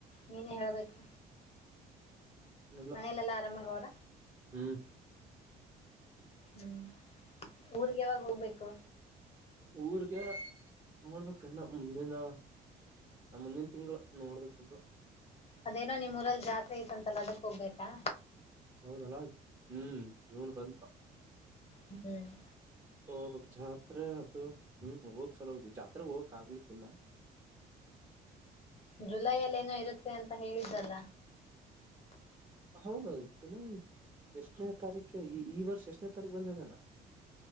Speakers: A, on the left; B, on the right.
A: ನೀನೇ ಹೇಳ್ಬೇಕು.
B: ಇಲ್ಲ
A: ಮನೆಲೆಲ್ಲಾ ಆರಾಮಾಗ್ವ್ರ.
B: ಹ್ಮ್
A: ಹ್ಮ್ ಊರಿಗ್ ಯಾವಾಗ್ ಹೋಗ್ಬೇಕು.
B: ಊರ್ಗೆ ನೋಡ್ಬೇಕ ಇನ್ನ ಮುಂದಿನ ಮುಂದಿನ್ ತಿಂಗ್ಳು ನೋಡ್ಬೇಕಿನ್ನು.
A: ಅದೇನೋ ನಿಮ್ ಊರಲ್ ಜಾತ್ರೆ ಐತಂತಲ್ಲ ಅದಕ್ ಹೋಗ್ಬೇಕಾ.
B: ಹೌದಲ್ಲ ಹ್ಮ್ ಜೂನ್ ಬಂತು.
A: ಹ್ಮ್
B: ಹೋಗ್ಬೇಕು ಜಾತ್ರೆ ಅದು ಹ್ಮ್ ಹೋದ್ ಸಲ ಹೋಗ್ಕ್ ಜಾತ್ರೆ ಹೋಗಕ್ ಆಗ್ಲಿಕ್ಕಿಲ್ಲ.
A: ಜುಲೈಯಲ್ ಏನೋ ಇರುತ್ತೆ ಅಂತ ಹೇಳಿದ್ದಲ್ಲ.
B: ಹೌದೌ ಜುಲೈ ಎಷ್ಟನೇ ತಾರೀಖ ಈ ಈ ವರ್ಷ ಎಷ್ಟನೇ ತಾರೀಕ್ ಬಂದಿದೆನ.